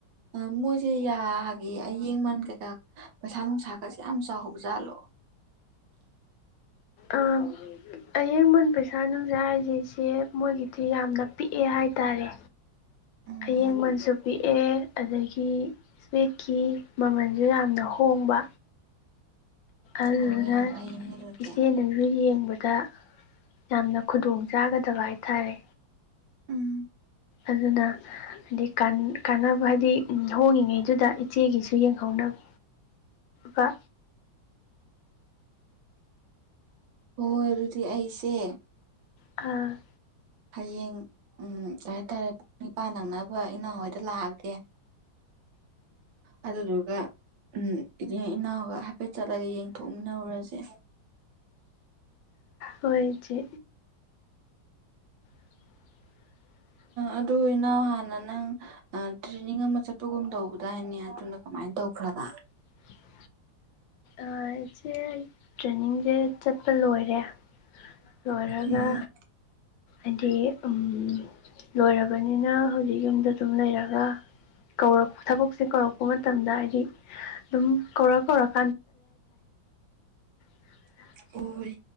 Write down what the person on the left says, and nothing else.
ꯑꯥ ꯑꯌꯦꯡꯃꯟ ꯄꯩꯁꯥ ꯅꯨꯡꯁꯥ ꯍꯥꯏꯁꯤꯁꯦ ꯃꯣꯏꯒꯤꯗꯤ ꯌꯥꯝꯅ ꯄꯤꯛꯑꯦ ꯍꯥꯏꯇꯥꯔꯦ
ꯑꯌꯦꯡꯃꯟꯁꯨ ꯄꯤꯛꯑꯦ ꯑꯗꯒꯤ ꯏꯁꯄ‌ꯦꯛꯀꯤ ꯃꯃꯜꯁꯨ ꯌꯥꯝꯅ ꯍꯣꯡꯕ ꯑꯗꯨꯅ
ꯏꯆꯦꯅꯁꯨ ꯌꯦꯡꯕꯗ ꯗ ꯌꯥꯝꯅ ꯈꯨꯗꯣꯡ ꯆꯥꯒꯗꯕ ꯍꯥꯏꯇꯥꯔꯦ
ꯑꯗꯨꯅ ꯍꯥꯏꯗꯤ ꯀꯥꯟꯅꯕ ꯍꯥꯏꯗꯤ ꯍꯣꯡꯉꯤꯉꯩꯗꯨꯗ ꯏꯆꯦꯒꯤꯁꯨ ꯌꯦꯡꯍꯧꯅꯕ ꯀ
ꯑ
ꯍꯣꯏ ꯏꯆꯦ <inaudible>
<inaudible> ꯑ ꯏꯆꯦ ꯇ꯭ꯔꯦꯅꯤꯡ ꯁꯦ ꯆꯠꯄ ꯂꯣꯏꯔꯦ ꯂꯣꯏꯔꯒ
ꯑꯗꯤ ꯎꯝ ꯂꯣꯏꯔꯕꯅꯤꯅ ꯍꯧꯖꯤꯛ ꯌꯨꯝꯗ ꯑꯗꯨꯝ ꯂꯩꯔꯒ ꯀꯧꯔꯛ ꯊꯕꯛꯁꯦ ꯀꯧꯔꯛꯄ ꯃꯇꯝꯗ ꯍꯥꯏꯗꯤ ꯑꯗꯨꯝ ꯀꯧꯔ ꯀꯧꯔꯛ <inaudible>